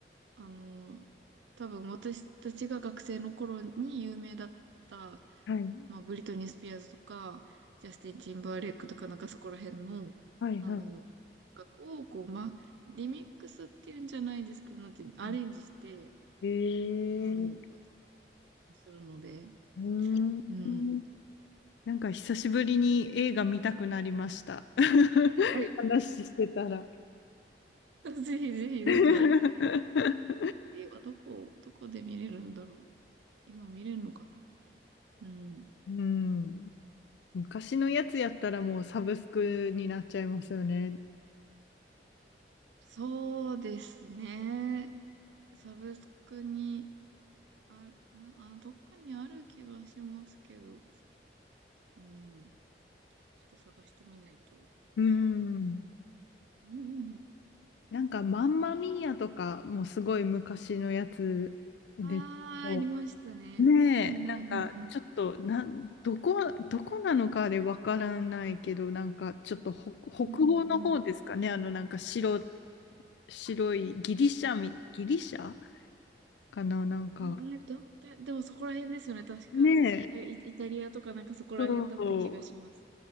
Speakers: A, on the right (about 80°); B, on the left (about 75°).
A: あの、多分私たちが学生の頃に有名だった、
B: はい。
A: まあ、ブリトニー・スピアーズとか、ジャスティン・ティンバーレイクとか、なんかそこら辺の、
B: はいはい
A: あの、音楽を、こう、まあ、リミックスっていうんじゃないですけど、なんていうの、アレンジして、
B: はい。ええ
A: あの、歌をするので、
B: うーん。
A: うん。
B: なんか久しぶりに映画見たくなりました。<laughs>
A: <laughs>
B: 話してたら。
A: ぜひぜひ、なんか、
B: <laughs>
A: 映画どこ、どこで見れるんだろう。今見れるのかなうん。
B: うん。昔のやつやったらもうサブスクになっちゃいますよね。
A: そうですね。サブスクに、あ、な、あ、どっかにある気がしますけど、うん、ちょっと探してみないとわ
B: うん。
A: かんない。うんうんうん。
B: なんか、マンマミーアとかもすごい昔のやつですけど、
A: ああ、ありましたね。
B: ねえ、
A: うんうんうんうん。
B: なんか、ちょっと、な、どこ、どこなのかでわからないけど、なんか、ちょっと北、北欧の方ですかね、
A: うんうんうん。
B: あの、なんか白、白いギリシャみ、
A: あ、
B: ギリシャかな、なんか、
A: えど、だ、でもそこら辺ですよね、確か。
B: ねえ、
A: えイ、イタリアとかなんかそこら辺だった気がします。
B: そう、